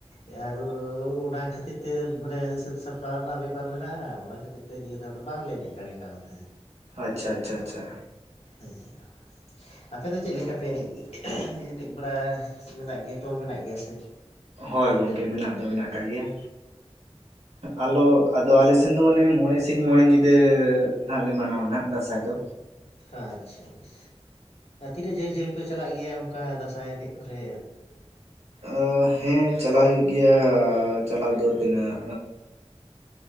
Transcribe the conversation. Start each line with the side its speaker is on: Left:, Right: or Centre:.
Left: ᱮ ᱟᱨᱚᱻ ᱚᱱᱟ ᱠᱷᱟᱹᱛᱤᱨ ᱛᱮ ᱢᱟᱱᱮ ᱥᱟᱹᱛ ᱥᱟᱯᱲᱟᱣ ᱨᱮᱱᱟᱜ ᱵᱮᱯᱟᱨ ᱢᱮᱱᱟᱜᱼᱟ ᱚᱱᱟ ᱠᱷᱟᱹᱛᱤᱨ ᱛᱮ ᱱᱤᱭᱟᱹ ᱫᱷᱟᱣ ᱫᱚ ᱵᱟᱝᱞᱮ ᱮᱱᱮᱡ ᱫᱟᱲᱮ ᱠᱟᱣᱫᱟ
Right: ᱟᱪᱪᱷᱟ ᱟᱪᱪᱷᱟ ᱟᱪᱪᱷᱟ
Left: ᱟᱪᱷᱟ ᱟᱯᱮ ᱫᱚ ᱪᱮᱫ ᱞᱮᱠᱟ ᱯᱮ ᱮᱱᱮᱡ ᱮᱱᱮᱡ ᱵᱟᱲᱟ ᱢᱮᱱᱟᱜ ᱜᱮᱭᱟ ᱪᱚᱞ ᱢᱮᱱᱟᱜ ᱜᱮᱭᱟ ᱥᱮ
Right: ᱦᱳᱭ ᱜᱚᱝᱠᱮ ᱢᱮᱱᱟᱜ ᱫᱚ ᱢᱮᱱᱟᱜ ᱠᱟᱜ ᱜᱮᱭᱟ ᱟᱞᱚ ᱟᱫᱚ ᱟᱞᱮ ᱥᱮ ᱛᱮᱱ ᱫᱚ ᱢᱟᱱᱮ ᱢᱚᱬᱮ ᱥᱤᱧ ᱢᱚᱬᱮ ᱧᱤᱫᱟᱹ ᱱᱟᱜ ᱞᱮ ᱢᱟᱱᱟᱣᱟ ᱱᱟᱜ ᱫᱟᱸᱥᱟᱭ ᱫᱚ
Left: ᱟᱪᱷᱟ ᱵᱮᱥ, ᱟᱨ ᱛᱤᱱᱟᱹᱜ ᱡᱷᱟᱹᱞ ᱡᱷᱟᱹᱞ ᱯᱮ ᱪᱟᱞᱟᱜ ᱜᱮᱭᱟ ᱚᱱᱠᱟ ᱫᱟᱸᱥᱟᱭ ᱮᱱᱮᱡ ᱠᱚᱨᱮ
Right: ᱚ, ᱦᱮᱸ ᱪᱟᱞᱟᱣ ᱦᱩᱭᱩᱜ ᱜᱮᱭᱟ ᱪᱟᱞᱟᱣ ᱫᱚ ᱛᱤᱱᱟᱹᱜ